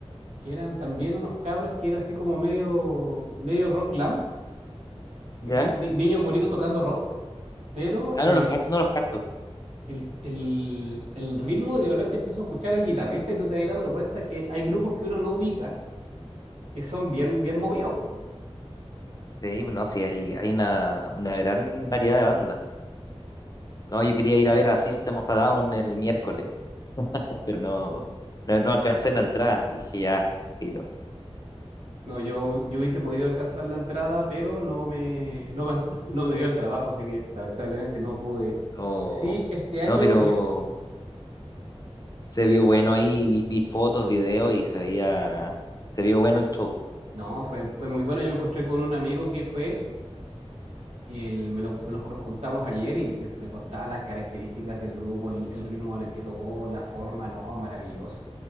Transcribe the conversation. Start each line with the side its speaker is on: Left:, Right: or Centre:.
Right: que eran también unos cabros que era así como medio, medio rock glam, que-
Left: ya.
Right: ni- ni- niños bonitos tocando rock, pero
Left: Ah,
Right: eh,
Left: no los, cuar- no los cuartos.
Right: el, el- el ritmo y de repente empiezo a escuchar al guitarrista y tú te vas dando cuenta que hay grupos que uno no ubica que son bien, bien movidos, pues.
Left: Sí, no, sí, hay, hay una, una gran variedad de bandas. No, yo quería ir a ver a System of a Down el miércoles, <laughs> pero no, no, no alcancé la entrada. Y dije, ya, filo.
Right: No, yo, yo hubiese podido alcanzar la entrada, pero no me, no me, <laughs> no me dio el trabajo, así que lamentablemente no pude ir.
Left: No,
Right: Sí, este año,
Left: no, pero
Right: le-
Left: se vio bueno ahí, vi, vi fotos, videos y se veía, se vio bueno el show.
Right: no, fue, fue muy bueno. Yo me encontré con un amigo que fue Y el- me lo- me los, nos contamos ayer y me, me contaba las características del grupo, el, el ritmo con el que tocó, la forma, no, maravilloso.